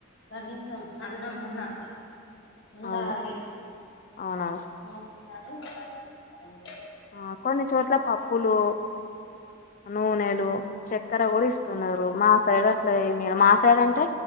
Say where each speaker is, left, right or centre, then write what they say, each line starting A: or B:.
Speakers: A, on the left (about 55°); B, on the left (about 40°).
A: కనీసం అన్నం అన్నా ఉండాలి
B: అవును అవునా
A: <unintelligible> అండి
B: ఆ కొన్ని చోట్ల పప్పులు నూనెలు చక్కెర కూడ ఇస్తున్నారు మా సైడ్ అట్ల ఏమి ఇయ్యారు మా సైడ్ అంటే